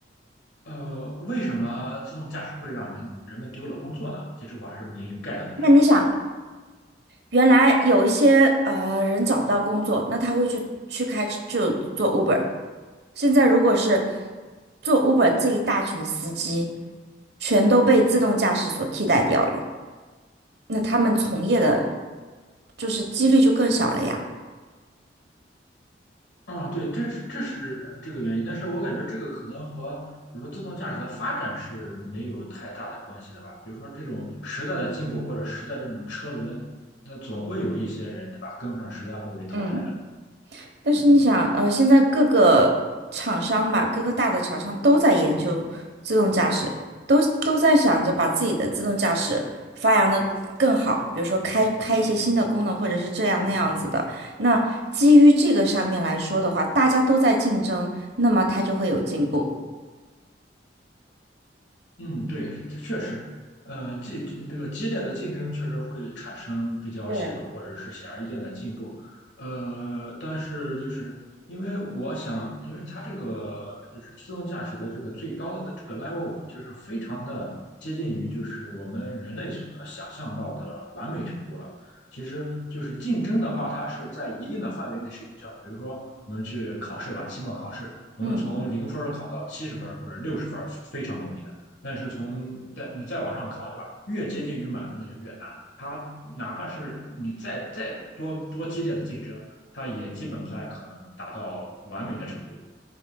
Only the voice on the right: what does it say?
那你想？原来有一些呃人找不到工作，那他会去去开就做 Uber。现在如果是做 Uber 这一大群司机，全都被自动驾驶所替代掉了，那他们从业的就是几率就更小了呀。
嗯。但是你想，呃，现在各个厂商吧，各个大的厂商都在研究自动驾驶，都都在想着把自己的自动驾驶发扬的更好，比如说开开一些新的功能，或者是这样那样子的。那基于这个上面来说的话，大家都在竞争，那么它就会有进步。
对，
嗯。